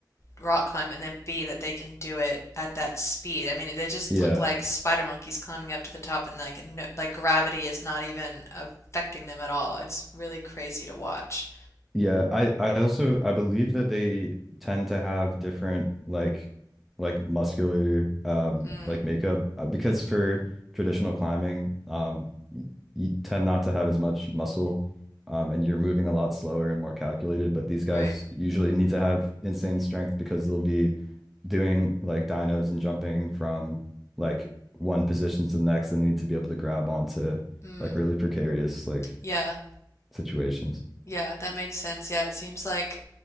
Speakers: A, on the left; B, in the centre.
A: rock climb and then B that they can do it at that speed. I mean, they just
B: Yeah.
A: look like spider monkeys climbing up to the top and like no, like gravity is not even affecting them at all. It's really crazy to watch.
B: Yeah, I I also I believe that they tend to have different like like muscular um
A: Mm,
B: like makeup uh, because for traditional climbing um y- you tend not to have as much muscle um and you're moving a lot slower and more calculated but these
A: right.
B: guys usually need to have insane strength because they'll be doing like dynos and jumping from like one position to the next and need to be able to grab onto
A: Mm,
B: like really precarious like
A: yeah.
B: situations.
A: Yeah, that makes sense. Yeah, it seems like